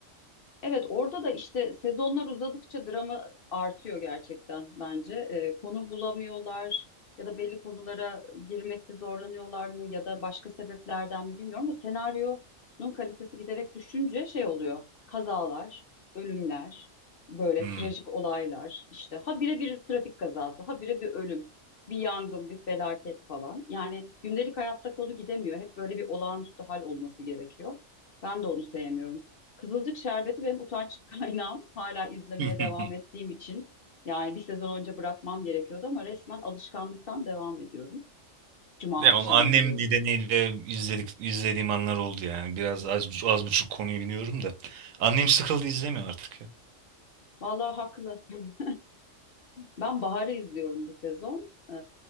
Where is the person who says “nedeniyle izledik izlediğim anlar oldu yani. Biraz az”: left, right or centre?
Right